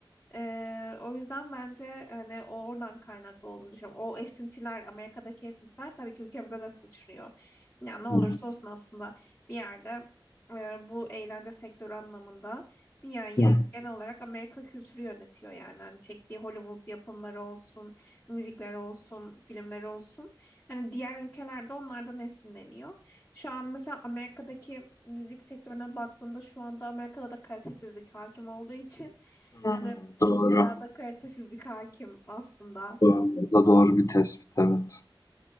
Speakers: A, on the left; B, on the left.
A: Ee, o yüzden bence hani o oradan kaynaklı olduğunu düşünüyorum. O esintiler, Amerika'daki esintiler tabii ki ülkemize de sıçrıyor. Yani ne olursa
B: hı
A: olsun aslında bir yerde e, bu eğlence sektörü anlamında dünyayı
B: hı.
A: genel olarak Amerika kültürü yönetiyor yani. Hani çektiği Hollywood yapımları olsun, müzikleri olsun, filmleri olsun. Hani diğer ülkelerde onlardan esinleniyor. Şu an mesela Amerika'daki müzik sektörüne baktığında şu anda Amerika'da da kalitesizlik hakim olduğu için
B: Hı.
A: hani tüm
B: Doğru.
A: dünyada kalitesizlik hakim aslında.
B: Doğru. Bu da doğru bir tespit evet.